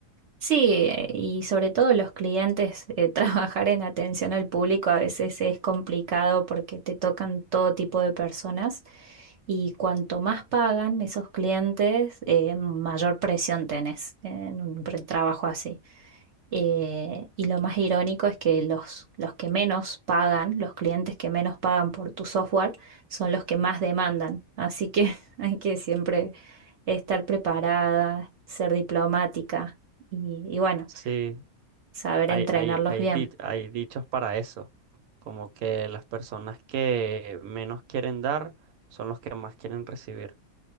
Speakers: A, on the right (about 60°); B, on the right (about 85°).
A: Sí, eh, y sobre todo los clientes, eh, <laughs> trabajar en atención al público a veces es complicado porque te tocan todo tipo de personas y cuanto más pagan esos clientes, eh, mayor presión tenés en un pre- trabajo así. Eh, y lo más irónico es que los, los que menos pagan, los clientes que menos pagan por tu software, son los que más demandan. Así que <laughs> hay que siempre estar preparada, ser diplomática y, y bueno,
B: Sí,
A: saber
B: Hay,
A: entrenarlos
B: hay, hay,
A: bien.
B: di- hay dichos para eso, como que las personas que menos quieren dar son los que más quieren recibir.